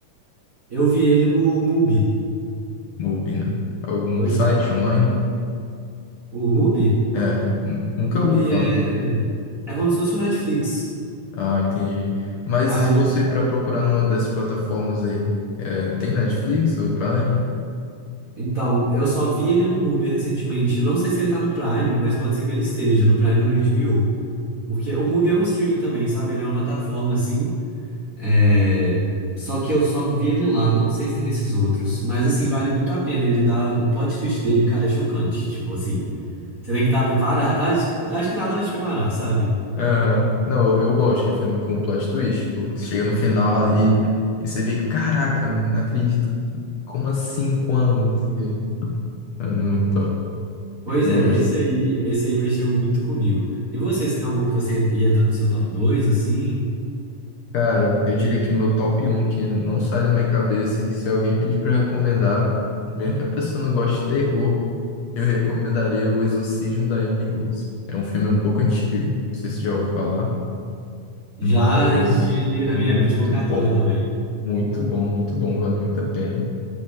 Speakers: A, on the right (about 45°); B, on the left (about 70°).
A: Eu vi ele no Mubi.
B: Mubi, né? Algum
A: Pois
B: site
A: é.
B: online?
A: O Mubi?
B: É. nu- Nunca
A: Mubi
B: ouvi falar.
A: é. É como se fosse o Netflix.
B: Ah, entendi. Mas
A: Aí,
B: se você para procurar numa dessas plataformas aí, é, tem Netflix ou Prime?
A: então, eu só vi ele no Mubi recentemente. Eu não sei se ele tá no Prime, mas pode ser que ele esteja no Prime ou no HBO. Porque o Mubi é um streaming também, sabe? Ele é uma plataforma, assim. É, Só que eu só vi ele lá, não sei se tem nesses outros. Mas assim, vale muito a pena. Ele dá. O plot twist dele, cara, é chocante. Tipo assim, você tem que estar preparado. <laughs> Acho, que- acho que nada vai te preparar, sabe?
B: Aham. Não, eu, eu gosto de filme com plot twist. Pô. Você Chega no final ali e você fica, caraca, não acredito. Como assim? Quando? Não sei o quê. É muito top.
A: Pois
B: Eu gosto.
A: é, esse aí, esse aí mexeu muito comigo. E vocês, tem algum que você en- entra no seu top 2 assim?
B: Cara, eu diria que o meu top um que não sai da minha cabeça, e que se alguém pedir pra eu recomendar, mesmo que a pessoa não goste de terror, eu recomendaria O Exorcismo da Emily Rose. É um filme um pouco antigo, não sei se você já ouviu falar.
A: Já
B: Mas
A: eu vi ele na
B: muito
A: minha época de locadora
B: bom,
A: também.
B: muito bom, muito bom, vale muito a pena.